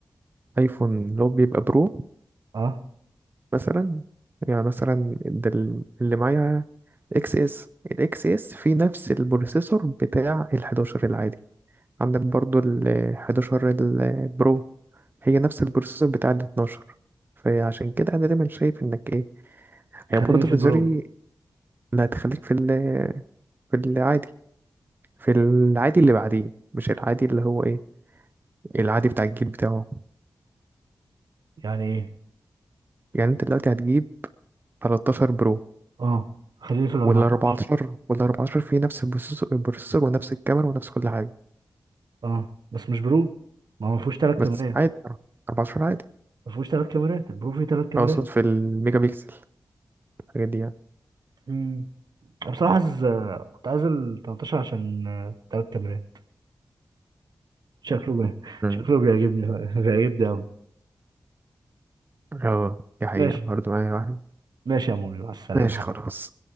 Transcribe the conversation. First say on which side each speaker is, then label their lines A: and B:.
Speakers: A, on the right; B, on the right.
A: ايفون اللي هو بيبقى برو
B: اه
A: مثلا يعني مثلا ده ال- اللي معايا اكس اس الاكس اس فيه نفس البروسيسور بتاع ال11 العادي عندك برضو ال11 البرو هي نفس البروسيسور بتاع ال12 فعشان كده انا دايما شايف انك ايه هي
B: خليني
A: برضو
B: في
A: بتزري
B: البرو
A: اللي هتخليك في ال في العادي في العادي اللي بعديه مش العادي اللي هو ايه العادي بتاع الجيل بتاعه
B: يعني ايه
A: يعني انت دلوقتي هتجيب 13 برو
B: اه خليني في ال 14
A: وال 14 وال 14 فيه نفس البروسيسور البروسيسور ونفس الكاميرا ونفس كل حاجة
B: اه بس مش برو ما هو ما فيهوش ثلاث كاميرات
A: بس عادي 14 عادي
B: ما فيهوش ثلاث كاميرات البرو فيه ثلاث كاميرات
A: أقصد في الميجا بيكسل الحاجات دي يعني
B: امم أنا بصراحه عايز كنت عايز ال 18 عشان آه، ثلاث كاميرات شكله بي...
A: مم.
B: شكله بيعجبني <laughs> بيعجبني قوي
A: اه دي حقيقة
B: ماشي
A: برضه معايا واحد
B: ماشي يا موري مع السلامه
A: ماشي
B: حبيبي.
A: خلاص